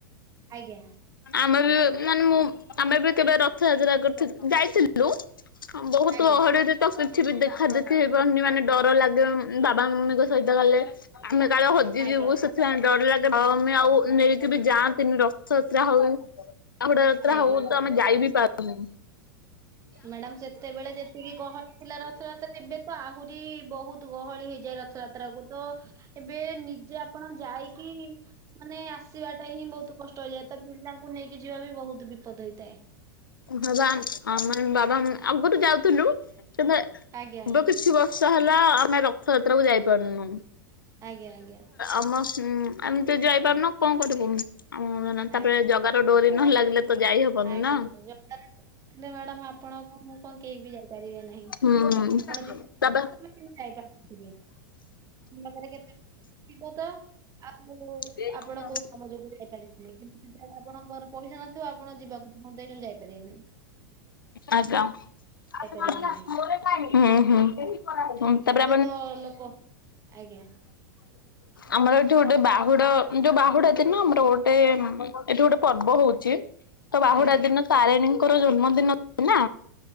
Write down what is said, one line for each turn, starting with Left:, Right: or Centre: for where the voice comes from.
Right: ଆଜ୍ଞା।
Left: ଆମେ ବି ମାନେ ମୁଁ ଆମେ ବି କେବେ ରଥଯାତ୍ରା କରିଥିଲ ଯାଇଥିଲୁ। ବହୁତ
Right: ଆଜ୍ଞା
Left: ଅହଡରେ ତ କିଛି ବି ଦେଖା ଦେଖ ହେଇପାରୁନି ମାନେ ଡର ଲାଗେ ବାବା ମମିଙ୍କ ସହିତ ଗଲେ। ଆମେ କାଳେ ହଜି
Right: ଆଜ୍ଞା
Left: ଯିବୁ ସେଥିପାଇଁ ଡର ଲାଗେ ବାବା ମାମି ଆଉ ନେଇ କେବେ ଯାଆନ୍ତିନି ରଥଯାତ୍ରା ହଉ ବାହୁଡା ଯାତ୍ରା
Right: ଆଜ୍ଞା
Left: ହଉ
Right: ଆଜ୍ଞା
Left: ତ ଆମେ ଯାଇ ବିି ପାରୁନୁ।
Right: ମ୍ୟାଡାମ ସେତେବେଳେ ଯେତିକି ଗହଳି ଥିଲା ରଥଯାତ୍ରା ଏବେ ତ ଆହୁରି ବହୁତ ବହୁ ଗହଳି ହେଇଯାଏ ରଥଯାତ୍ରା କୁ ତ ଏବେ ନିଜେ ଆପଣ ଯାଇକି ମାନେ ଆସିବାଟା ହିଁ ବହୁତୁ କଷ୍ଟ ହେଇଯାଏ, ତ ପିଲାଙ୍କୁ ନେଇକି ଯିବା ବି ବହୁତୁ ବିପଦ ହେଇଥାଏ।
Left: ହଁ ଆମ ବାବା ଆଗରୁୁ ଯାଉଥୁଲୁ। ଏବେ
Right: ଆଜ୍ଞା ଆଜ୍ଞା
Left: ବେ କିଛି ବର୍ଷ ହେଲା ଆମେ ରଥଯାତ୍ରା କୁ ଯାଇ ପାରୁନୁ।
Right: ଆଜ୍ଞା ଆଜ୍ଞା
Left: ଆମେ ହୁଁ! ଆମେ ତ ଯାଇପାରୁନୁ କ'ଣ କରିବୁ? ତାପରେ
Right: ଆଜ୍ଞା
Left: ଜଗାର ଡୋରି ନଲାଗିଲେ ତ ଯାଇ ହବନି
Right: ଆଜ୍ଞା
Left: ନା।
Right: ଆଜ୍ଞା ଜ ଥିଲେ ମ୍ୟାଡାମ ଆପଣଙ୍କୁ ମୁଁ କଣ କେହି ବି ଯାଇପାରିବେ ନାହିଁ
Left: ହୁଁ
Right: ଆପଣ ଯିବେ
Left: ତାପ
Right: କିନ୍ତୁ ଯାଇପାରିନଥିବେ। ପାଖରେ କେତେ ଥିବ ତ ଆଉ
Left: <inaudible>
Right: ଆପଣ କୋଉ କାମ ଯୋଗୁ ଯାଇ ପାରିବିନି। କିନ୍ତୁ ଆପଣ ଘରେ ପଇସା ନଥିବ, ଆପଣ ଯିବାକୁ ମୁଁ ଯାଇପାରିବିନି।
Left: ଆଜ୍ଞା
Right: ଯାଇପାରିବେ
Left: ହୁଁ
Right: ନାହିଁ
Left: ହୁଁ ହୁଁ ତାପରେ
Right: ଏବେ ତ ଲୋକ ଆଜ୍ଞା
Left: ଆମର ଏଠି ଗୋଟେ ବା ବାହୁଡା ଯଉ ବାହୁଡ଼ା ଦିନ ଆମର ଗୋଟେ ଏଠି ଗୋଟେ ପର୍ବ ହଉଛି। ତ ବାହୁଡା
Right: ଆଜ୍ଞା
Left: ଦିନ ତାରିଣୀଙ୍କର ଜନ୍ମ ଦିନ ତ